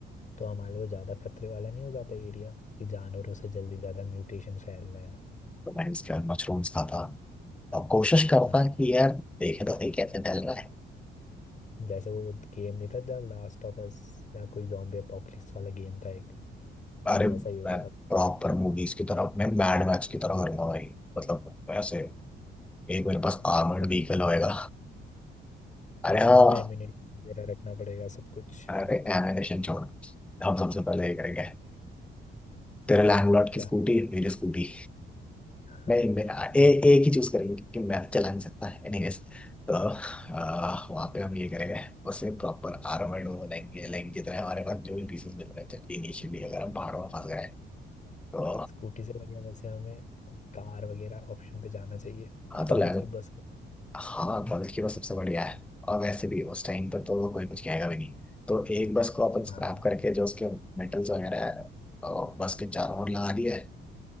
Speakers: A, on the left (about 40°); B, in the centre.
A: तो हमारे लिए ज़्यादा खतरे वाला नहीं हो जाता एरिया कि जानवरों से जल्दी ज़्यादा म्यूटेशन फैल रहा है
B: तो मैं इसके बाद मशरूम्स खाता अब कोशिश करता
A: हम्म।
B: कि यार देखे तो सही कैसे ढल रहा है
A: जैसे वो गेम नहीं था जब लास्ट ऑफ अस या कोई जॉम्बी अपोकलिप्स वाला गेम था एक उसमें
B: अरे
A: भी
B: मैं
A: ऐसा ही होता था
B: प्रॉपर मूवीज की तरफ मैं मैड मैक्स की तरफ करूंगा भाई मतलब वैसे एक मेरे पास आर्मर्ड
A: हमें
B: व्हीकल होएगा अरे
A: हाँ,
B: हाँ
A: हमें एम्यूनेशन वगैरह रखना पड़ेगा सब कुछ
B: अरे एनिमेशन छोड़ हम सबसे पहले ये करेंगे तेरे लैंडलॉर्ड
A: क्या
B: की स्कूटी मेरी स्कूटी
A: <laughs>
B: नहीं मैं ए,
A: लैंड-
B: एक ही चूज करेंगे क्योंकि मैप चला नहीं सकता है एनीवेज तो आ, वहाँ पे हम ये करेंगे उसमें प्रॉपर आर्मर्ड हो जाएंगे लाइक जितने हमारे पास जो भी पीसेस मिल रहे थे इनिशियली अगर हम पहाड़ों में फंस गए तो
A: स्कूटी से बढ़िया वैसे हमें कार वगैरह ऑप्शन पे जाना चाहिए
B: हाँ
A: कॉलेज
B: तो लैंड
A: की बस के
B: हाँ बल्कि की वो सबसे बढ़िया है और वैसे भी उस टाइम पर तो कोई कुछ कहेगा भी नहीं तो एक बस को अपन स्क्रैप
A: हाँ
B: करके जो उसके मेटल्स वगैरह है और बस के चारों ओर लगा दिया है